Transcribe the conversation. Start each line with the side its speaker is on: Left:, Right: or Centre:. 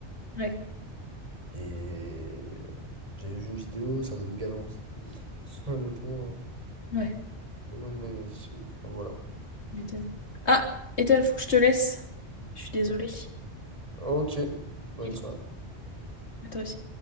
Left: ouais.
Right: Et j'avais vu une vidéo, ça donne grave envie. <laughs> Honnêtement, euh,
Left: ouais,
Right: vraiment une dinguerie. Voilà.
Left: je m'étonne. Ah, Ethan, faut que je te laisse. Je suis désolée.
Right: Ok, bonne
Left: File,
Right: soirée.
Left: À toi aussi.